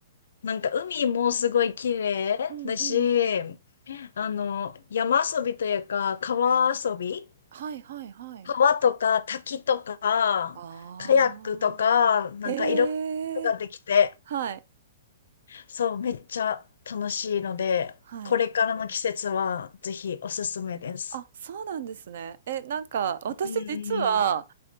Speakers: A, on the left; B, on the right.
A: なんか海もすごい綺麗だし、
B: うんうん。
A: あの、山遊びというか、川遊び
B: はいはいはい。
A: 川とか滝とか、
B: ああ。
A: カヤックとか、なんかいろんなことができて、
B: へえ。はい。
A: そう、めっちゃ楽しいので、
B: はい。
A: これからの季節はぜひおすすめです。
B: あ、そうなんですね。え、なんか、私実は、
A: うん、